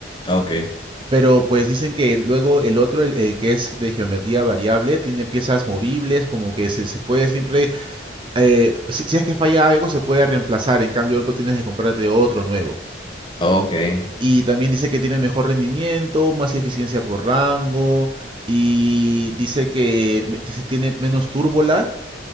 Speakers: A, on the left; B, on the right.
A: Ok,
B: Pero pues dicen que luego el otro, el, el que es de geometría variable, tiene piezas movibles, como que se, se puede siempre eh, si, si es que falla algo, se puede reemplazar. En cambio, el otro tienes que comprarte otro nuevo.
A: ok. Ah,
B: Y también dice que tiene mejor rendimiento, más eficiencia por rango. Y dice que me- dice tiene menos turbo lag.